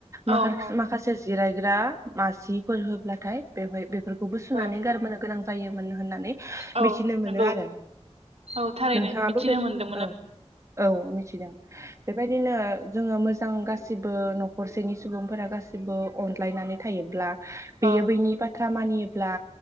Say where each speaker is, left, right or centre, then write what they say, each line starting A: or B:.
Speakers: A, on the right (about 65°); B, on the right (about 25°).
A: औ
B: मा
A: औ
B: माखासे जिरायग्रा मासिफोर होब्लाथाय बेवहाय बे <inaudible> फोरखौबो सुनानै
A: औ
B: गारबोनो गोनां जायोमोन होननानै
A: औ
B: मिथिनो मोनो
A: नंगौ
B: आरो
A: औ थारैनो
B: नोंथाङाबो
A: मिथिनो
B: बे
A: मोनदों।
B: औ औ मिथिदों बेबाय दिनो जोङो मोजां गासिबो न'खरसेनि सुबुंफोरा गासैबो अनज्लायनानै थायोब्ला
A: औ
B: बेयो बैनि बाथ्रा खामानि ब्ला,